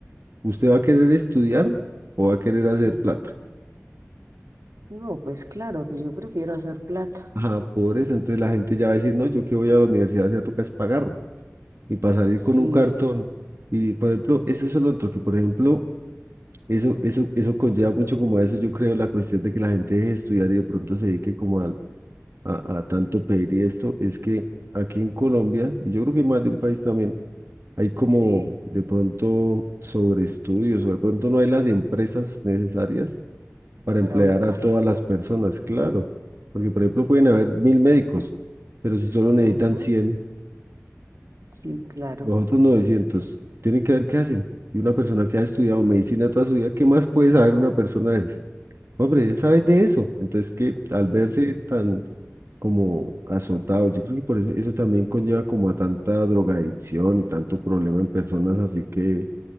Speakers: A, on the right; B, on the right.
A: ¿usted va a querer estudiar o va a querer hacer
B: mm.
A: plata?
B: No, pues claro, pues yo prefiero hacer plata.
A: Ajá, por eso, entonces la gente ya va a decir, no, yo que voy a la universidad ya toca es pagar y para salir con
B: Sí,
A: un cartón. Y por ejemplo, eso es lo otro, que por ejemplo, eso, eso, eso conlleva mucho como a eso, yo creo, la cuestión de que la gente deje de estudiar y de pronto se dedique como al, a, a tanto pedir y esto, es que aquí en Colombia, y yo creo que en más de un país también, hay como
B: sí,
A: de pronto sobre estudios o de pronto no hay las empresas necesarias para
B: para
A: emplear
B: ubicar.
A: a todas las personas, claro. Porque, por ejemplo, pueden haber mil médicos, pero si solo necesitan
B: ujú,
A: 100,
B: Sí, claro.
A: los otros 900, tienen que ver qué hacen. Y una persona que ha estudiado medicina toda su vida, ¿qué más puede saber una persona de esas? Hombre, él sabe de eso. Entonces, que al
B: Y,
A: verse tan como azotado, yo creo que por eso, eso también conlleva como a tanta drogadicción y tanto problema en personas así que,